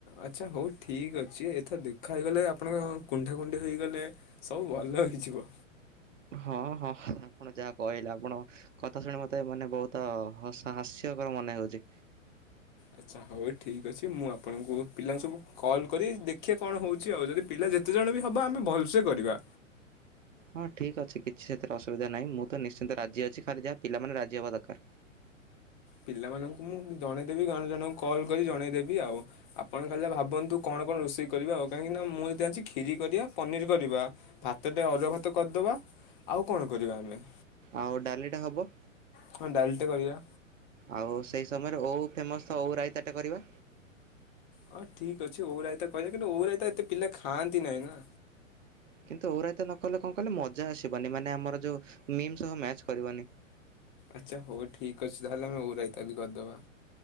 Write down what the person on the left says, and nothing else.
ଆଚ୍ଛା। ହଉ ଠିକ ଅଛି। ଏଥର ଦେଖା ହେଇଗଲେ ଆପଣଙ୍କ କୁଣ୍ଢା କୁଣ୍ଢି ହୋଇଗଲେ ସବୁ ଭଲ ହେଇଯିବ।
ଆଚ୍ଛା। ହଉ ଠିକ୍ ଅଛି। ମୁଁ ଆପଣଙ୍କୁ ପିଲାଙ୍କୁ ସବୁ କଲ୍ କରି ଦେଖେ କଣ ହଉଚି ଆଉ ଯଦି ପିଲା ଯେତେଜଣ ବି ହବ ଆମେ ଭଲସେ କରିବା।
ପିଲାମାନଙ୍କୁ ମୁଁ ଜଣେଇଦେବି ଜଣ ଜଣଙ୍କୁ କଲ୍ କରି ଜଣେଇଦେବି ଆଉ ଆପଣ ଖାଲି ଯୂ ଭାବନ୍ତୁ କଣ କଣ ରୋଷେଇ କରିବା ଆଉ କାହିଁକିନା ମୁଁ ଯେତିକି ଜାଣିଚି କ୍ଷୀରି କରିବା ପନିର କରିବା ଭାତଟେ ଅରୁଆ ଭାତ କରିଦେବା। ଆଉ କଣ କରିବା ଆମେ?
ହଁ ଡାଲିଟେ କରିବା।
ହଁ ଠିକ ଅଛି ଓଉ ରାଇତା କରିବା। କିନ୍ତୁ ଓଉ ରାଇତା ଏତେ ପିଲା ଖାଆନ୍ତି ନାହିଁ ନା?
ଆଚ୍ଛା। ହଉ ଠିକ୍ ଅଛି। ତାହେଲେ ଆମେ ଓଉ ରାଇତା ବିି କରିଦବା।